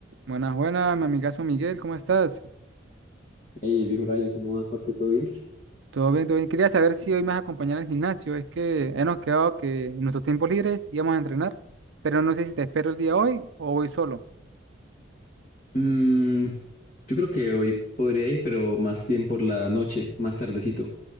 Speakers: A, on the right; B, on the left.
A: Buenas, buenas, mi amigazo Miguel, ¿cómo estás?
B: Hey, el viejo Ryan, ¿cómo vas, parce? ¿Todo bien?
A: Todo bien, todo bien. Quería saber si hoy me vas a acompañar al gimnasio. Es que hemos quedado que en nuestros tiempos libres íbamos a entrenar, pero no sé si te espero el día hoy o voy solo.
B: Mm, yo creo que hoy podría ir, pero más bien por la noche, más tardecito.